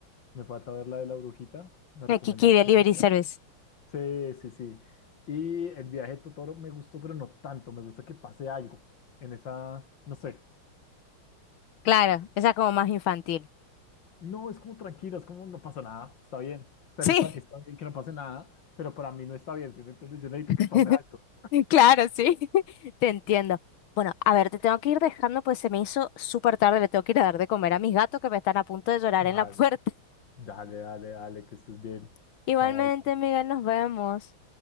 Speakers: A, on the left; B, on the left.
A: Me falta ver la de la brujita. Me recomendaron
B: Eh, Kiki Delivery
A: que es buena.
B: Service.
A: Sí, sí, sí. Y el viaje de Totoro me gustó, pero no tanto. Me gusta que pase algo en esa, no sé.
B: Claro, esa es como más infantil.
A: No, es como tranquilo, es como no pasa nada, está bien. O sea,
B: Sí.
A: no está, está bien que no pase nada, pero para mí no está bien. ¿sí me entiendes? Yo necesito
B: <laughs>
A: que pase algo.
B: <laughs> Claro, sí, <laughs> te entiendo. Bueno, a ver, te tengo que ir dejando, pues se me hizo súper tarde, le tengo que ir a dar de comer a mis gatos que me están a punto de llorar en
A: Dale,
B: la puerta.
A: dale, dale, dale, que estés bien.
B: <laughs> Igualmente,
A: Chao, ahí.
B: Miguel, nos vemos.